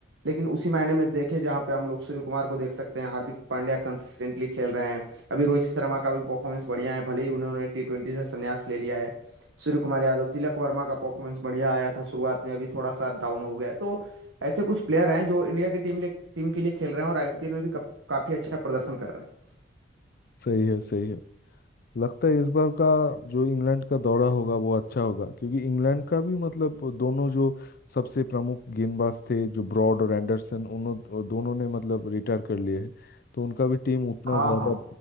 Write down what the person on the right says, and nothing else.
लेकिन उसी मायने में देखे जहाँ पे हम लोग सूर्य कुमार को देख सकते हैं हार्दिक पांड्या कंसिस्टेंटली खेल रहे हैं अभी रोहित शर्मा का भी परफॉर्मेंस बढ़िया है भले ही उन्होंने टी ट्वेंटी से संन्यास ले लिया है सूर्य कुमार यादव तिलक वर्मा का परफॉर्मेंस बढ़िया आया था शुरुआत में अभी थोड़ा सा डाउन हो गया है। तो ऐसे कुछ प्लेयर हैं जो इंडिया की टीम टीम के लिए खेल रहे हैं और आईपीएल में भी का, काफी अच्छा प्रदर्शन कर रहे हैं।
हाँ
हाँ